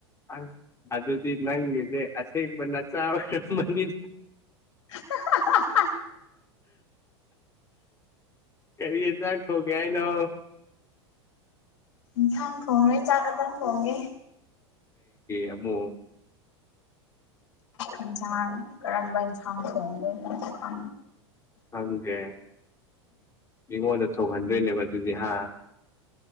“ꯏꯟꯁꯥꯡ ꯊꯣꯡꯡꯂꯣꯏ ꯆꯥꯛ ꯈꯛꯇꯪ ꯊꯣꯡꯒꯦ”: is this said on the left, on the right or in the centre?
Left